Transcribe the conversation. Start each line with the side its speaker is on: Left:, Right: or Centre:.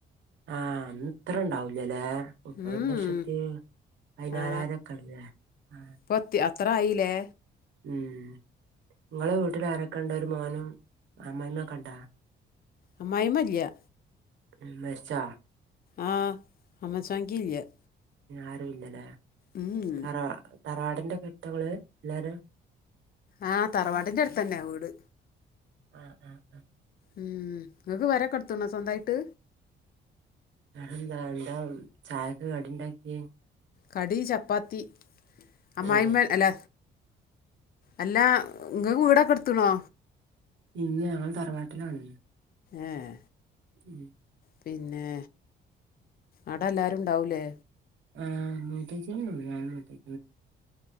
Right: ആ അന്ന് ഇത്ര ഇണ്ടാവൂലല്ലേ മുപ്പത്
Left: ഉം
Right: ലക്ഷത്തി പതിനാറായിരംക്കെ
Left: ആ
Right: അല്ലേ ആ
Left: ഇപ്പൊ അത്തി- അത്ര ആയിലേ
Right: ഉം ഇങ്ങളെ വീട്ടിൽ ആരൊക്കെ ഉണ്ടൊരു മോനും അമ്മമ്മൊക്കെ ഉണ്ടാ
Left: അമ്മായിയമ്മ ഇല്ല്യാ
Right: ഉം മരിച്ചാ
Left: ആ <unintelligible>
Right: ആരും ഇല്ലല്ലേ
Left: ഉം
Right: തറവാ തറവാടിന്റെ ഘട്ടങ്ങള് എല്ലരും
Left: ആഹ് തറവാടിന്റെ അടുത്തന്നെയാ വീട്
Right: ആഹ് ആഹ് ഹ
Left: ഉം ഇങ്ങക്ക് പെരെക്കടത്തുണ്ടോ സ്വന്തായിട്ട്
Right: അതെന്താ ണ്ടാ ചായൊക്കെ കടി ഉണ്ടാക്കിയെ
Left: കടി ചപ്പാത്തി അമായിമായ്
Right: ഏഹ്
Left: അല്ല അല്ല ഇങ്ങക്ക് വീടൊക്കെ എടുത്തുണോ
Right: ഇന്ന് ഞങ്ങൾ തറവാട്ടിലാണ്
Left: ആഹ്
Right: ഉം
Left: പിന്നെ അടെ എല്ലാരും ഉണ്ടാവൂലേ
Right: ആ മൂത്തേച്ചിയല്ലോള്ളൂ ഞാൻ മൂത്തേ